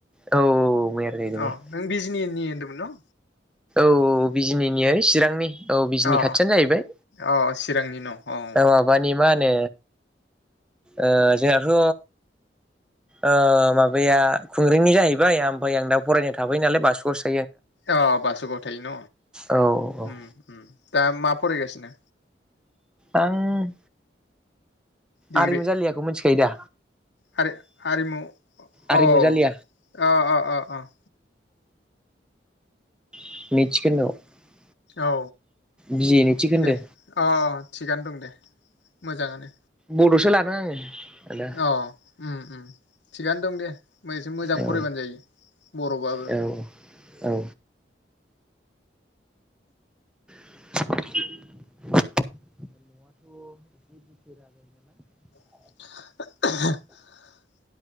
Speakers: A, in the centre; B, on the left.
A: औ मैया रायलायदोंमोन
B: औ नों बिजनि <unintelligible>
A: औ बिजिनिनि चिरांनि औ बिजनि
B: अ
A: खाथियानो जाहैबाय
B: अ चिरांनि न' अ
A: माबानि मा होनो। ओ जोंहथ' ओह माबाया खुंग्रिनि जाहैबाय ओमफाय आं दा फरायनो थाफैयो नालाय बासुगाव सि
B: अह बासुगाव थायोन
A: औ औ
B: उम उम। दा मा फरायगासिनो?
A: आं
B: डिग्रि
A: आरिमु जालियाखौ मिथिखायो दा
B: हारि हारिमु अह
A: आरिमु जालिया
B: अह अह अह अह
A: <unintelligible>
B: औ
A: बिए नैथि खोन्दो
B: दे अह थिगानो दंदे। मोजांआनो
A: बड'सो लादों आङो। आदा
B: अह उम-उम थिगानो दंदे। <unintelligible> एसे मोजां
A: औ
B: फरायबानो जायो बर'बाबो।
A: औ औ <inaudible> न'आथ एसे बिथोरा जायोनालाय।
B: <unintelligible>